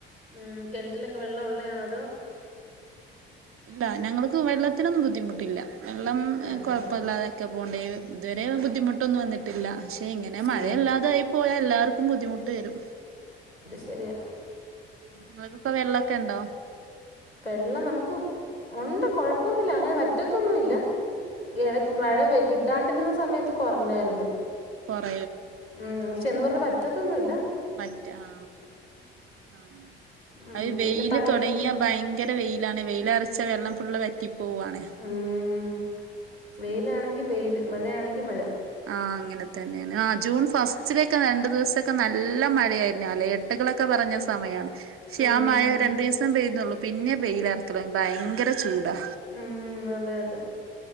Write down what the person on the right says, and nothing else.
ഇല്ല ഞങ്ങൾക്ക് വെള്ളത്തിനൊന്നും ബുദ്ധിമുട്ടില്ല വെള്ളം
കുഴപ്പമില്ലാതൊക്കെ
പോകണ്ടേ ഇതുവരെ ബുദ്ധിമുട്ടൊന്നും വന്നിട്ടില്ല പക്ഷെ ഇങ്ങനെ മഴയില്ലാതായി
പോയാൽ എല്ലാവർക്കും ബുദ്ധിമുട്ട് വരും
നിങ്ങക്കൊക്കെ വെള്ളമൊക്കെ ഇണ്ടോ
ആഹ്
ആഹ്
കുറ
മറ്റ ആ ആ
അത് വെയില്
തുടങ്ങിയ ഭയങ്കര വെയിലാണ് വെയിലരച്ചാ വെള്ളം ഫുള് വറ്റിപ്പോവാണ്
ആ അങ്ങനെ തന്നെയാണ് ജൂൺ ഫസ്റ്റിലൊക്കെ രണ്ടു ദിവസമൊക്കെ നല്ല മഴയായിരുന്നു അല്ല എട്ടകളൊക്കെ പറഞ്ഞ സമയാണ് പക്ഷെ
ആ മഴ രണ്ടു ദിവസം പെയ്യുന്നുള്ളു പിന്നെ പെയ്യിലർക്കലോ ഭയങ്കര ചൂടാ